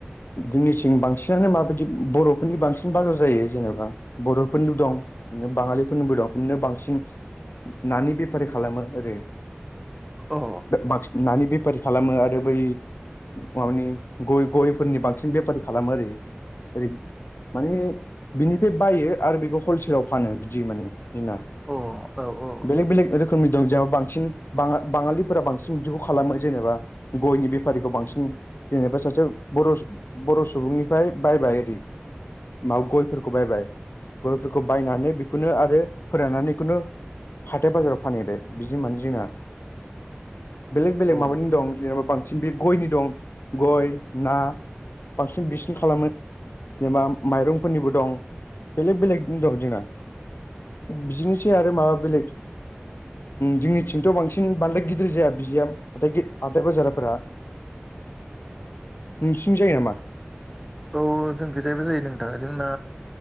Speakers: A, on the left; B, in the centre.
A: जोंनिथिं बांसिन बिसिनानो माबायदि बर'फोरनि बांसिन बाजार जायो जेनेबा बर'फोरनिल' दं। बाङांलिफोरनिबो दं बिनो बांसिन नानि बेफारि खालामो ओरै
B: अ
A: बसिन नानि बेफारि खालामो आरो बै माबानि गय गयफोरनि बांसिन बेफारि खालामो आरो ओरै माने बिनिफ्राय बायो आरो बेखौ हलसेलाव फानो बिदि माने जोंना।
B: अ औ औ।
A: बेलेग बेलेग रोखोमनि दं जेनबा बांसिन बाङांलिफोरा बांसिन बिदिखौ खालामो जेनेबा गयनि बेफारिखौ बांसिन जेनेबा सासे बर' बर' सुबुंनिफ्राय बायबाय आरि माबा गयफोरखौ बायबाय गयफोरखौ बायनानै बेखौनो आरो फोराननानैखौनो हाथाय बाजाराव फानहैबाय बिदि मानो जिंना बेलेग बेलेग
B: औ
A: माबानि दं जेनबा बांसिन बे गयनि दं गय ना बांसिन बिसिन खालामो जेनेबा माइरंफोरनिबो दं बेलेग बेलेगनो दं जोंना बिदिनोसै आरो माबा बेलेग जोंनिथिंथ' बांसिन बांद्राय गिदिर जाया बिआ बिथाय हाथाय बाजाराफोरा नोंसिनि जायो नामा?
B: औ जों गोजायैबो जायो नोंथांङा जोंना